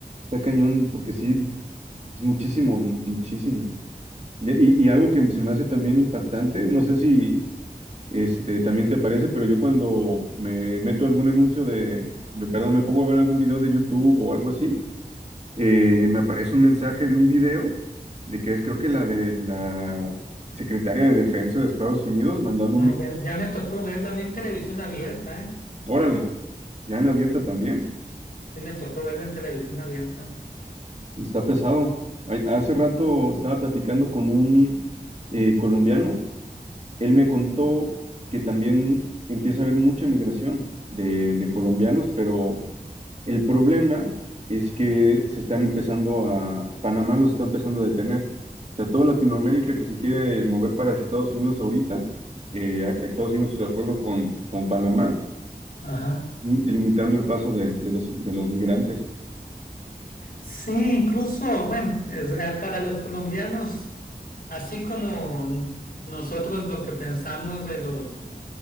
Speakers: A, on the right (about 45°); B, on the left (about 70°).
A: está cañón porque sí es muchísimo, muchísimo. Ya, Y, y algo que se me hace también impactante, no sé si este, también te aparece pero yo cuando me meto algún anuncio de, de- perdón, me pongo a ver algún video de YouTube o algo así, eh, me aparece un mensaje de un video de que es creo que la de la secretaria de Defensa de Estados Unidos mandando
B: Ah,
A: un,
B: ya, ya me tocó verlo a mí en televisión abierta, ¿eh?
A: órale, ya en abierta también,
B: Sí, me tocó verlo en televisión abierta.
A: y está pesado. Ay, Hace rato estaba platicando con un eh, colombiano Él me contó que también empieza a haber mucha migración de, de colombianos, pero el problema es que se están empezando a, Panamá los está empezando a detener. O sea, toda Latinoamérica que se quiere mover para Estados Unidos ahorita, eh, a- a Estados Unidos de acuerdo con, con Panamá,
B: Ajá.
A: limitando el paso de, de los, de los migrantes.
B: Sí, incluso, bueno, es- eh, para los colombianos, así como nosotros lo que pensamos de los